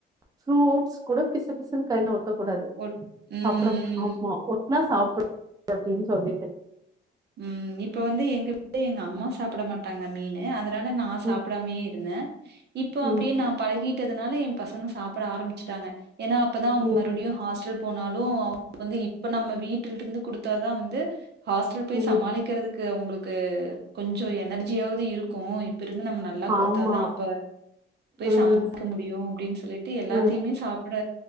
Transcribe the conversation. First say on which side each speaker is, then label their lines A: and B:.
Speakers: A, on the right; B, on the right.
A: ஃப்ரூட்ஸ் கூட பிசு பிசுன்னு கைல ஒட்ட கூடாது
B: ஒட் ம்,
A: அப்றோ ஆமா
B: ம்,
A: ஒட்னா சாப்ட அப்டின் சொல்லிட்டு
B: ம் இப்ப வந்து எங்க வீட் எங்க அம்மா சாப்ட மாட் ட்டாங்க மீனு அதனால நா சாப்டாமையே
A: ம்
B: இருந்தே இப்போ அப்டியே
A: ம்
B: நா பழகி ட்டதுனால எ பசங்க சாப்ட ஆரம்பிச்சுட்டாங்க ஏனா அப்ப தா அவுங்க
A: ம்
B: மறுபடியு ஹாஸ்டல் போனாலு அவுங்க வந்து இப்ப நம்ம வீட்ல இருந்து குடுத்தா தா வந்து ஹாஸ்டல் போய்
A: ம்
B: சமாளிக்கறதுக் கு அவுங்களுக்கு கொஞ்சோ எனர்ஜியாவது இருக்கு இப் இப்பிருந்து நம்ம நல்லா குடுத்தா
A: ஆமா
B: தா அப்ப போய்
A: ம்
B: சமாளிக்க முடியு அப்டின்னு சொல்லிட்டு எல்லாத்தையுமே
A: ம்
B: சாப் புட